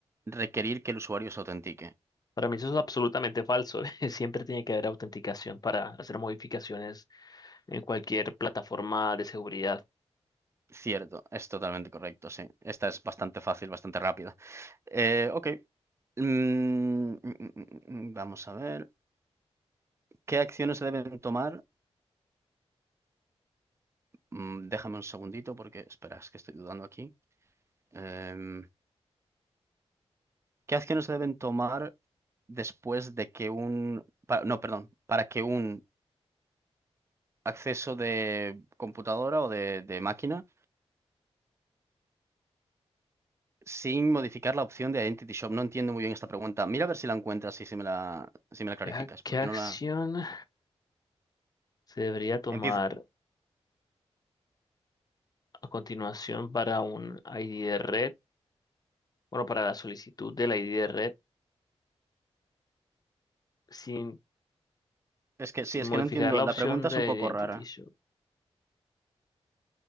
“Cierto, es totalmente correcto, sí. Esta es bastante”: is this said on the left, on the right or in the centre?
Right